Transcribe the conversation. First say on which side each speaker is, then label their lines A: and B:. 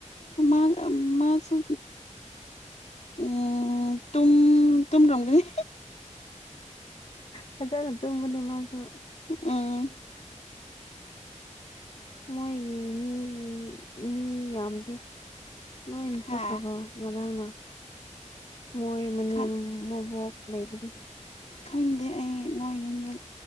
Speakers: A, on the left; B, on the left.
A: ꯑ ꯃꯥ ꯃꯥꯁꯨ ꯎꯝ ꯇ ꯇ ꯔꯣꯝꯒꯅꯤ
B: ꯐꯖꯅꯅ ꯇꯨꯝꯕꯅꯦ ꯃꯥꯁꯨ
A: ꯎꯝ
B: ꯃꯣꯏꯒꯤ ꯃꯤꯒꯤ ꯃꯤ ꯌꯥꯝꯗꯤ ꯅꯣꯏꯅ
A: ꯍꯥ
B: ꯆꯠꯈ꯭ꯔꯕꯣ ꯉꯔꯥꯡꯅ ꯃꯣꯏ ꯃꯅꯦꯝ
A: ꯈꯪ
B: ꯃꯕꯣꯛ ꯂꯩꯕꯗꯨꯣ
A: ꯈꯪꯗꯦ ꯑꯩ ꯃꯣꯏ ꯌꯨꯝꯗ